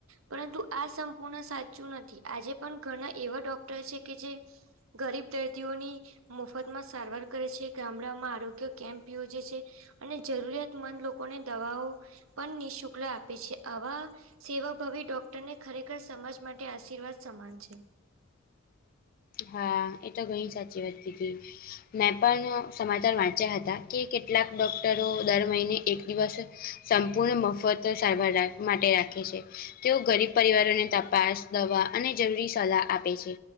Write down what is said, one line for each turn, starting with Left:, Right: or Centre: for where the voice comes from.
Right: પરંતુ આ સંપૂર્ણ સાચું નથી. આજે પણ ઘણા એવા ડોક્ટર છે કે જે ગરીબ દર્દીઓ ની મફતમાં સારવાર કરે છે. ગામડામાં આરોગ્ય કેમ્પ યોજે છે. અને જરૂરિયાત મંદ લોકોને દવાઓ પણ નિઃશુક્લ આપે છે આવા સેવાભવી ડોક તેને ખરેખર સમજ માટે આશીર્વાદ સમાન છે.
Left: હા એ તો ઘણી સાચી વાતી કીધી. મેં પણ સમાચાર વાંચ્યા હતા, કે કેટલાક ડોક્ટરો દર મહિને એક દિવસ સંપૂર્ણ મફત સારવાર રા-માટે રાખે છે. તેઓ ગરીબ પરિવારોને તપાસ ગીદવા અને જરૂરી સલાહ આપે છે.